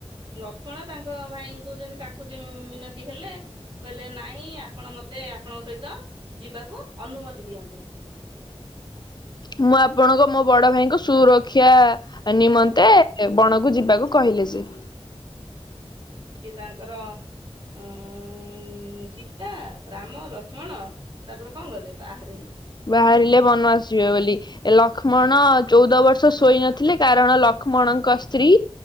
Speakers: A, on the right (about 50°); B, on the left (about 40°).
A: ଲକ୍ଷ୍ମଣ ତାଙ୍କ ଭାଇଙ୍କୁ ଯେନ୍ତି କାକୁତି ମିନତି ହେଲେ କହିଲେ ନାଇଁ ଆପଣ ମତେ ଆପଣଙ୍କ ସହିତ ଯିବାକୁ ଅନୁମତି ଦିଅନ୍ତୁ।
B: ମୁଁ ଆପଣଙ୍କ ମୋ ବଡ ଭାଇଙ୍କ ସୁରକ୍ଷା ନିମନ୍ତେ
A: ହୁଁ
B: ବଣକୁ ଯିବାକୁ କହିଲେ ସେ।
A: ସିଏ ତାଙ୍କର ଉଁ ସୀତା, ରାମ, ଲକ୍ଷ୍ମଣ ତାପରେ କଣ କଲେ ବାହାରିଲେ।
B: ବାହାରିଲେ ବନବାସ ଯିବେ ବୋଲି। ଲକ୍ଷ୍ମଣ ଚଉଦ ବର୍ଷ ଶୋଇ ନଥିଲେ, କାରଣ ଲକ୍ଷ୍ମଣଙ୍କ ସ୍ତ୍ରୀ